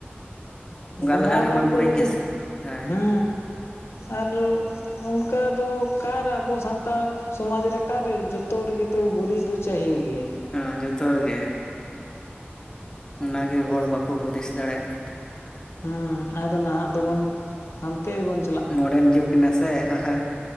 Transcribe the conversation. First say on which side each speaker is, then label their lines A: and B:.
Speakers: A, on the left; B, on the left.
A: ᱵᱚᱸᱜᱟ
B: ᱞᱟᱦᱟ
A: ᱦᱚᱸ
B: ᱨᱮᱢᱟ
A: ᱵᱟᱝᱠᱚᱱᱩᱡᱟ
B: ᱜᱩᱨᱤᱡ ᱜᱮᱥᱮ ᱦᱳᱭ
A: ᱦᱮᱸ ᱟᱨ ᱚᱱᱠᱟ ᱫᱚ ᱚᱠᱟᱨᱮ ᱟᱵᱚ ᱥᱟᱱᱛᱟᱲ ᱥᱚᱢᱟᱡᱽ ᱨᱮ ᱚᱠᱟᱨᱮ ᱡᱚᱛᱚ ᱨᱮᱜᱮ ᱛᱚ ᱜᱩᱨᱤᱡ ᱫᱚ ᱪᱟᱹᱦᱤ ᱜᱮ
B: ᱦᱮᱸ ᱡᱚᱛᱚ ᱨᱮᱜᱮ ᱚᱱᱟᱜᱮ ᱦᱚᱲ ᱵᱟᱠᱚ ᱦᱩᱫᱤᱥ ᱫᱟᱲᱮᱭᱟᱜ ᱠᱟᱱᱟ
A: ᱦᱩᱸ ᱟᱫᱚ ᱱᱟᱦᱟᱜ ᱫᱚᱵᱚᱱ ᱦᱟᱱᱛᱮᱵᱚᱱ
B: ᱢᱚᱰᱟᱱ ᱡᱩᱜᱽ ᱱᱟᱥᱮ ᱦᱳᱭ ᱦᱳᱭ